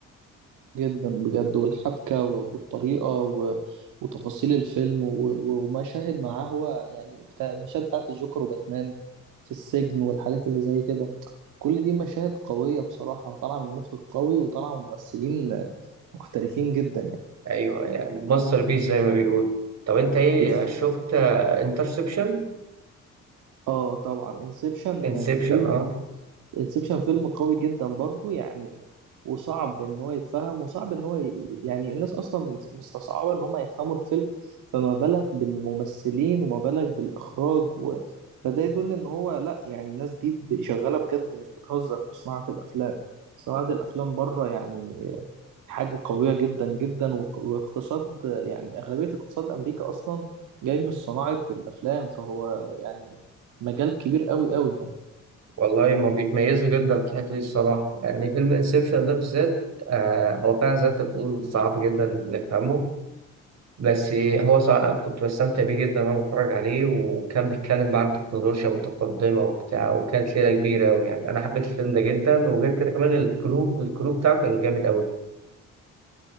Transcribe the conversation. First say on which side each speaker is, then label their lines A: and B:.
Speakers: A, on the right (about 85°); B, on the right (about 60°).
A: جدا بجد والحبكة و- والطريقة و... وتفاصيل الفيلم و... و- ومشاهد معاه هو يعني بتاع المشاهد بتاعت الجوكر وباتمان في السجن والحاجات اللي زي كده كل دي مشاهد قوية بصراحة طالعة من مخرج قوي وطالعة من ممثلين محترفين جدا يعني
B: أيوه يعني ماستر بيس زي ما بيقول طب أنت إيه
A: بز-
B: شفت انترسبشن؟
A: اه طبعا انسبشن
B: انسبشن
A: فيلم
B: اه Interception؟
A: انسبشن فيلم قوي جدا برضو يعني وصعب ان هو يتفهم وصعب ان هو ي... يعني الناس اصلا مستصعبة ان هم يفهموا الفيلم فما بالك بالممثلين وما بالك بالاخراج و... فده يدل ان هو لا يعني الناس دي ب- شغالة بجد مش بتهزر في صناعة الافلام صناعة الافلام بره يعني حاجة قوية جدا جدا وك- واقتصاد يعني اغلبية اقتصاد امريكا اصلا جاي من صناعة الافلام فهو يعني مجال كبير قوي قوي يعني
B: والله ما بيتميزوا جدا في الحتة دي الصراحة يعني فيلم انسبشن ده بالذات آه هو فعلا زي ما انت بتقول صعب جدا نفهمه بس هو صعب كنت بستمتع بيه جدا وانا بتفرج عليه وكان بيتكلم بقى عن تكنولوجيا متقدمة وبتاع وكانت ليلة كبيرة ويعني أنا حبيت الفيلم ده جدا وغير كده كمان الكروب الكروب بتاعه كان جامد أوي